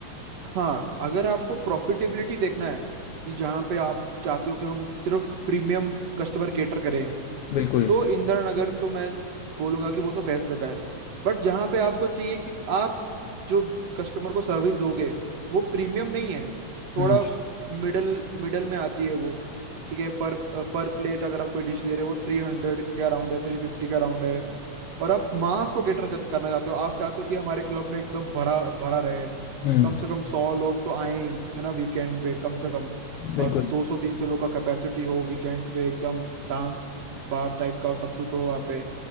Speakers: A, on the right (about 60°); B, on the left (about 80°).
A: हाँ अगर आपको प्रॉफिटेबिलिटी देखना है कि जहाँ पे आप चाहते हो कि हम सिर्फ प्रीमियम कस्टमर केटर करें
B: बिल्कुल
A: तो इंदिरा नगर तो मैं बोलूंगा कि वो तो बेस्ट जगह है बट जहाँ पे आपको चाहिए कि आप जो कस्टमर को सर्विस दोगे वो प्रीमियम नहीं है थोड़ा
B: हम्म
A: मिडल मिडल में आती है वो ठीक है पर पर प्लेट अगर आप कोई डिश दे रहे हो वो थ्री हंड्रेड के अराउंड है थ्री फिफ्टी के अराउंड है और आप मास को कैटर करना चाहते हो आप चाहते हो कि हमारे क्लब में एकदम भरा भरा रहे
B: हम्म
A: कम से कम सौ लोग तो आए है ना वीकेंड पे कम से कम
B: बिल्कुल
A: और दो सौ तीन सौ लोग का कैपेसिटी हो वीकेंड्स पे एकदम डांस बार टाइप का सब कुछ हो वहाँ पे